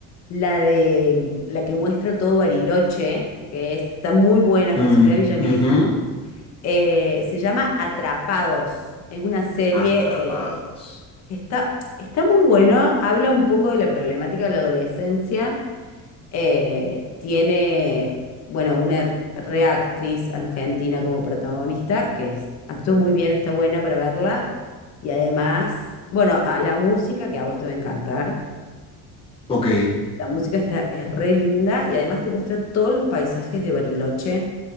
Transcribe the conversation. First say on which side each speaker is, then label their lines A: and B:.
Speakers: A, on the left; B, on the left.
A: la de la que muestra todo Bariloche, que está muy buena con
B: Mm,
A: Soledad Villamil.
B: ujú.
A: Eh, se llama Atrapados. Es una serie
B: Atrapados.
A: eh, que está, está muy buena, habla un poco de la problemática de la adolescencia eh, tiene, bueno, una reactriz argentina como protagonista, que es- actuó muy bien, está buena para verla. Y además, bueno, a- la música, que a vos te va a encantar,
B: Ok.
A: la música está, es re linda y además te muestra todos los paisajes de Bariloche,